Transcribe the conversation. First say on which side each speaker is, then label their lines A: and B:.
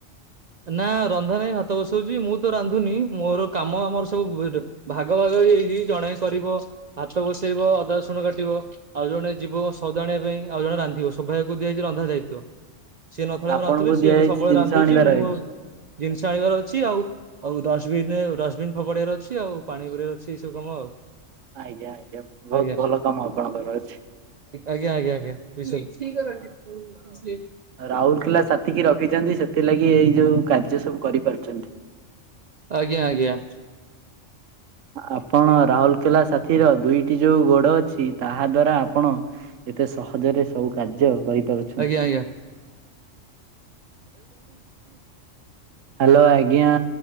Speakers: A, on the right (about 60°); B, on the right (about 75°).
A: ନା ରନ୍ଧା ନାହିଁ ଭାତ ବସଉଛି ମୁଁ ତ ରାନ୍ଧୁନି ମୋର କାମ ଆମର ସବୁ ଭ ଭାଗ ଭାଗ ହେଇଜାଇ ଛି ଜଣେ କରିବ ଭାତ ବସେଇବ ଅଦା ରସୁଣ କାଟିବ ଆଉ ଜଣେ ଯିବ ସଉଦା ଆଣିବା ପାଇଁ। ଆଉ ଜଣେ ରାନ୍ଧିବ ସୋଭାଗ୍ୟ କୁ ଦିଆ ଯାଇଛି ରନ୍ଧା ଦାୟିତ୍ଵ। ସିଏ ନଥିଲା
B: ଆପଣଙ୍କୁ
A: ମୁଁ ରାନ୍ଧଥିଲି ସିଏ
B: ଦିଆଯାଇଛି
A: ଏବେ ସବୁବେଳେ
B: ଜିନିଷ
A: ରାନ୍ଧୁଛି
B: ଆଣିବାର
A: ମୁଁ। ଜିନିଷ ଆଣିବାର ଅଛି ଆଉ ଆଉ ଡଷ୍ ବିନେ ଡଷ୍ ବିନ୍ ଫୋପାଡ଼ି ବାର ଅଛି ଆଉ ପାଣି ଭରିବାର ଅଛି। ଏଇ ସବୁ କାମ ଆଉ।
B: ଆଜ୍ଞା ଆଜ୍ଞା ବହୁତ
A: ଆଜ୍ଞା
B: ଭଲ କାମ ଆପଣଙ୍କର ଅଛି।
A: ଆଜ୍ଞା ଆଜ୍ଞା ଆଜ୍ଞା। <unintelligible>
B: ରାହୁଲ କେଲା ସାଥୀ କି ରଖିଛନ୍ତି ସେଥିଲାଗି ଏଇ ଯୋଉ କାର୍ଯ୍ୟ ସବୁ କରିପାରୁଛନ୍ତି।
A: ଆଜ୍ଞା ଆଜ୍ଞା।
B: ଆପ
A: <inaudible>
B: ରାହୁଲ କେଲା ସାଥିର ଦୁଇଟି ଯୋଉ ଗୋଡ ଅଛି ତାହା ଦ୍ଵାରା ଆପଣ ଏତେ ସହଜରେ ସବୁ କାର୍ଯ୍ୟ କରିପାରୁ
A: ଆଜ୍ଞା ଆଜ୍ଞା।
B: ହାଲୋ ଆଜ୍ଞା